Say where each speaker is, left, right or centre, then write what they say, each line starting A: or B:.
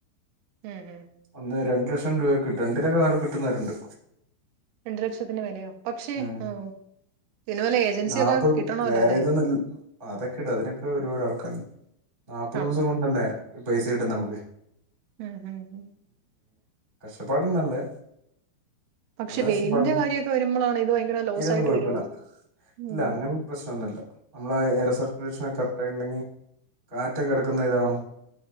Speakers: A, on the right; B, on the right.
A: ഉം ഉം
B: ഒന്ന് രണ്ട്- ഒരു ലക്ഷം രൂപക്കെ കിട്ടും എന്തിനാണ് - കിട്ടുന്നവരുണ്ട്.
A: രണ്ട് ലക്ഷത്തിന്റെ മേലെയോ പക്ഷേ
B: ഹും
A: ഉം ഇതിന് വല്ല ഏജൻസി
B: നാല്പതും
A: ഒക്കെ കിട്ടണമല്ലോ
B: വേറെ
A: അല്ലേ
B: <unintelligible> അതൊക്കെ ഇട് അതിനൊക്കെ ഒരുപാട് ആൾക്കാരുണ്ട് നാല്പ്പത്
A: ആണോ
B: ദിവസം കൊണ്ടല്ലേ- പൈസ കിട്ടും നമുക്ക്.
A: ഹും ഹും ഹും
B: കഷ്ടപ്പാട് ഉണ്ട് അല്ലേ
A: പക്ഷെ
B: നല്ല
A: വെയിലിന്റെ
B: കഷ്ടപാട് ഉണ്ട്.
A: കാര്യമൊക്കെ വരുമ്പോഴാണ് ഇത് ഭയങ്കര ലോസ്
B: ഏരിയ ഒന്നും
A: ആയിട്ട്
B: കൊഴപ്പില്ല
A: വരുവോ ഉം
B: ഇല്ല. അങ്ങനത്തെ പ്രശ്നംമൊന്നുമില്ല നമ്മളാ എയർ സർക്കുലേഷൻ ഒക്കെ- ഇണ്ടെങ്കി കാറ്റൊക്കെ കടക്കുന്ന ഇതാണോ?